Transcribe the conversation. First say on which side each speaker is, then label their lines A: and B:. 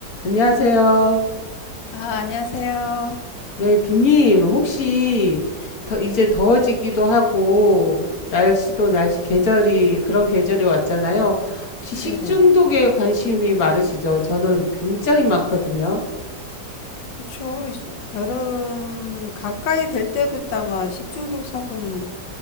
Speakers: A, on the left; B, on the left.
A: 안녕하세요.
B: 아, 안녕하세요.
A: 네, 비님, 혹시 더 이제 더워지기도 하고 날씨도 날씨 계절이 그런 계절이 왔잖아요. 혹시
B: 네네.
A: 식중독에 관심이 많으시죠? 저는 굉장히 많거든요.
B: 그쵸. 여름 가까이 될 때부터 아마 식중독 사고는